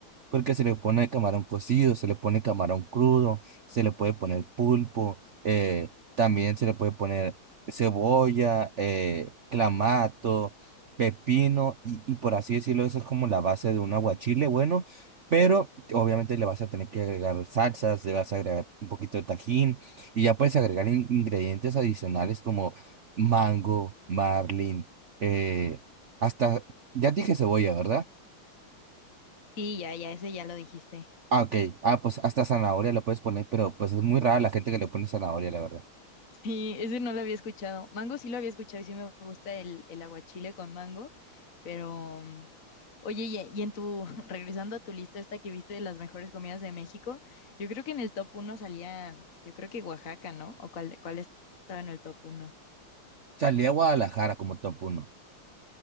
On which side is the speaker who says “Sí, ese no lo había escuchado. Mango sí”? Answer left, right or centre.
Left